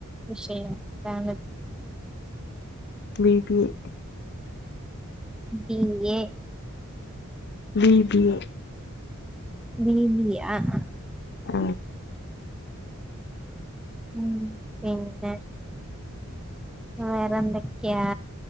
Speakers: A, in the centre; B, on the left (about 50°).
A: വിഷയം താണ്?
B: B B A
A: B A
B: B B A
A: B B A ആ ആ
B: ആ
A: മം പിന്നെ വേറെ എന്തൊക്കെയാ